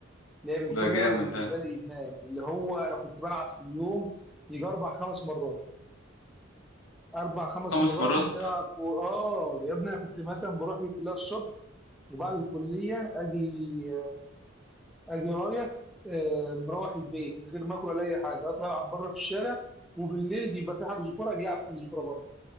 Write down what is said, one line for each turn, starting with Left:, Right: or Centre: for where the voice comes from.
Centre: لعب الكوره
Left: ده
Centre: ده
Left: جامد
Centre: بقى بالنسبه
Left: ده
Centre: لي ادمان اللي هو انا كنت بلعب في اليوم يجي اربع خمس مرات اربع خمس
Left: خمس
Centre: مرات
Left: مرات
Centre: ممكن العب كوره اه يا ابني انا كنت مثلا بروح الكليه الصبح وبعد الكليه اجي اجي رايح آه، مروح البيت من غير ما اكل ولا اي حاجه اطلع العب بره في الشارع وبالليل يبقى في حجز كوره اجي العب حجز كوره بره